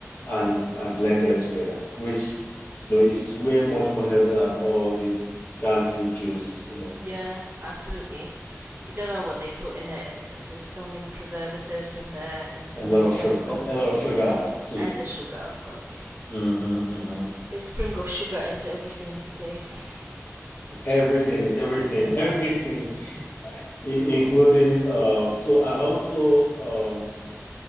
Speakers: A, on the left; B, on the right.
A: and and blend them together, which you know is way much more healthy than all this canned fruit juice, you know,
B: Yeah. Absolutely. You don't know what they put in it. There's so many preservatives in there and so
A: A
B: many
A: lot of
B: chemicals.
A: sugar, a, a lot of sugar too.
B: And the sugar, of course, yeah.
A: hmm hmm
B: They sprinkle sugar into everything these days.
A: Everything, everything, <laughs> everything, I-
B: Yeah.
A: including um. So and also um,